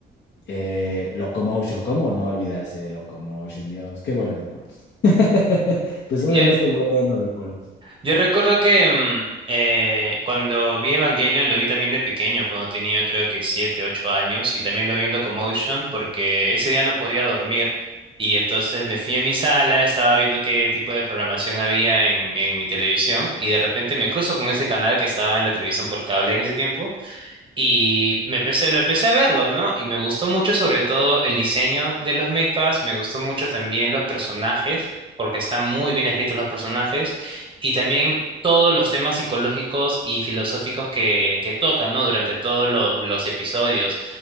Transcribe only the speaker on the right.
Yo,
Yo recuerdo que mm, eh, cuando vi Evangelion lo vi también de pequeño, cuando tenía creo que 7, 8 años, y también lo vi en Locomotion porque ese día no podía dormir. Y entonces me fui a mi sala, estaba viendo qué tipo de programación había en, en mi televisión, y de repente me cruzo con ese canal que estaba en la televisión por cable en ese tiempo. Y me empecé, lo empecé a verlo, ¿no? Y me gustó mucho sobre todo el diseño de los mechas, me gustó mucho también los personajes, porque están muy bien escritos los personajes, y también todos los temas psicológicos y filosóficos que, que tocan, ¿no? Durante todos los, los episodios.